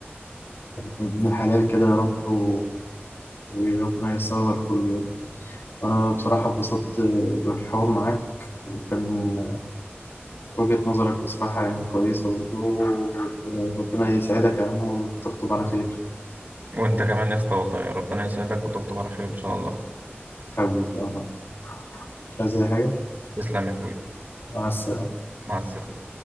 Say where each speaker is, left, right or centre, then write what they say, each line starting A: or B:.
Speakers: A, on the left; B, on the right.
A: من الحلال كده يا رب و- وربنا ييسرها لكله يعني. وأنا بصراحة اتبسطت بالحوار معاك وكان وجهة نظرك بصراحة يعني كويسة برضه ربنا يسعدك يا عم وتخطب على خير
B: وأنت كمان يا اسطى والله ربنا يسعدك وتخطب على خير إن شاء الله
A: حبيبي يا عم مش عايز أي حاجة
B: تسلم يا أخوي
A: مع السلامة
B: مع السلامة